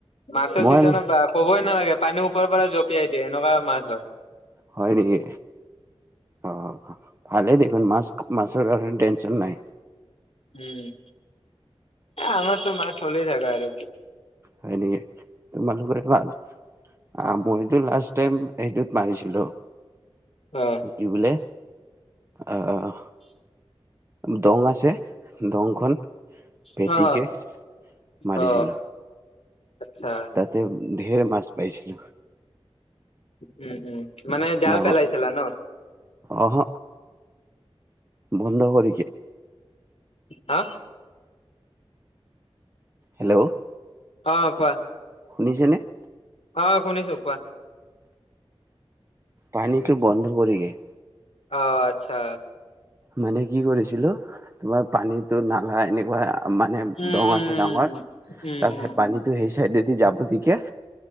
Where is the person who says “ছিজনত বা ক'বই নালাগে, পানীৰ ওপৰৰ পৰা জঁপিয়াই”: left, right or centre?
Left